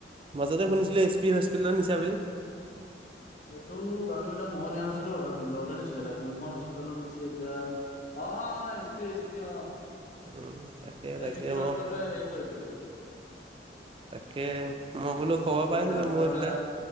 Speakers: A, on the right; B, on the left.
A: মাজতে শুনিছিলোঁ এইচ পি হস্পিটেলৰ নিচা বুলি।
B: সেইটো জানো এতিয়া ময়ো নিয়া নাছিলো আৰু ভিনন্দতে নিাছিলে এয়া কোনখন হস্পিতালত নিছে এতিয়া অ, অ, এচ পি, এছ পি, অ,
A: উম, তাকে
B: এই
A: তাকে
B: পি পি ড্টৰটোৱে
A: মই
B: হেৰি কৰিছিলে।
A: তাকে মই বোলো খবৰ
B: এ বহুত
A: পাইছিলোঁ
B: ডাঙৰ
A: মোৰ
B: এটা
A: এইফালে